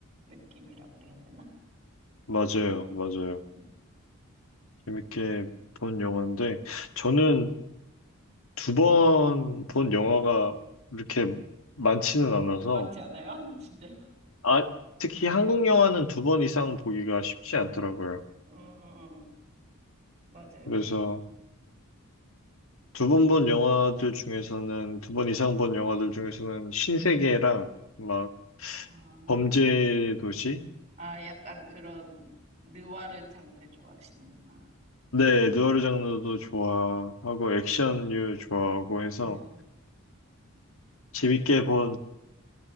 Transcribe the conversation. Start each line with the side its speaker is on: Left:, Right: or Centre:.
Right: 느낌이라 그래야 되나?
Left: 맞아요, 맞아요.
Right: 음,
Left: 재밌게 본 영화인데, 저는 두 번 본 영화가 이렇게 많지는 않아서,
Right: 많지 않아요? <laughs> 진짜.
Left: 아, 특히 한국
Right: 네,
Left: 영화는 두 번 이상
Right: 네.
Left: 보기가 쉽지 않더라고요.
Right: 어, 어, 어. 맞아요,
Left: 그래서
Right: 맞아요.
Left: 두 번 본 영화들 중에서는, 두 번 이상 본 영화들 중에서는 신세계랑
Right: 네.
Left: 막
Right: 아,
Left: 범죄 도시,
Right: 아, 약간 그런 느와르 장르 좋아하시는구나.
Left: 네, 누아르 장르도 좋아하고 액션류 좋아하고 해서
Right: 네,
Left: 재밌게 본